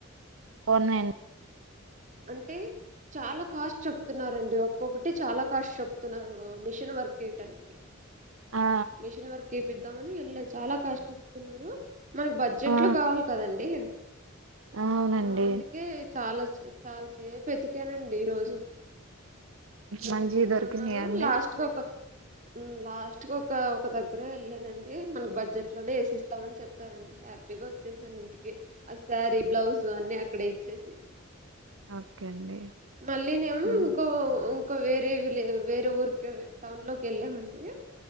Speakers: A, on the right; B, on the right.
A: ఉన్నాయన్
B: అంటే చాలా కాస్ట్ చప్ చెప్తున్నారండి ఒక్కొక్కటి చాలా కాష్ షెప్తున్నారు మిషన్ వర్క్ ఏయ్టానికి
A: ఆ
B: మిషన్ వర్క్ ఏపిద్దామని ఎళ్లా చాలా కాష్ట్ చేప్తున్నారు. మనక్ బడ్జెట్లు
A: ఆ
B: కావాల్కదండి
A: అవునండి
B: ఆ అందుకే చాలా చె చాల్సేప్ ఎతిక్ కేనండి ఇ రోజు వెతకుతూనే
A: మంచి దొరికినాయా
B: ఉన్నాను.
A: అండి
B: లాస్ట్కి కొక ఉమ్ లాస్ట్ కోకా ఒక దగ్గరెళ్ళానండి. మనక్ బడ్జెట్లోనే ఏసిస్తామని చెప్పారండి హ్యాప్. హ్యాపీగా ఒచ్చేసానింటికీ అ సారీ, బ్లౌజ్ అన్నీ అక్కడే ఇచ్చేసి.
A: ఓకే అండి
B: మళ్ళీనేమో
A: ఆ
B: ఉంకో ఉన్ క్కొ వేరేవి లే వేరే ఊర్ కే టౌన్లోకెళ్ళామండీ.